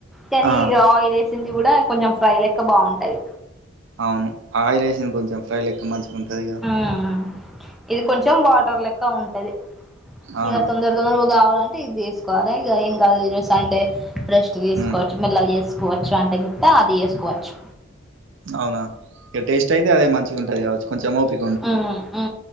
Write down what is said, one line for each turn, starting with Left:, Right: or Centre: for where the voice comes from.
Centre: కానీ
Right: ఆ!
Centre: ఇగ ఆయిల్ ఏస్ సింది కూడా కొంచెం ఫ్రై లెక్క బాగుంటది
Right: అవును ఆయిలేేసింది కొంచెం ఫ్రై లెక్క మంచిగుంటది ఇగ
Centre: ఆ ఆ ఇది కొంచెం వాటర్ లెక్క ఉంటది
Right: అవునా!
Centre: ఇక తొందర తొందరగా కావాలంటే ఇది తీసుకోవాలి ఇక ఏం కాదు ఈరోజు సండే రెస్ట్ తీసుకోవచ్చు
Right: హ్మ్.
Centre: మెల్లగ చేసుకోవచ్చు అంటే గిట్ట అది చేసుకోవచ్చు
Right: అవునా ఇక టేస్ట్ అయితే అదే మంచిగా ఉంటుంది కావచ్చు కొంచెం ఒపి
Centre: ఊ ఊ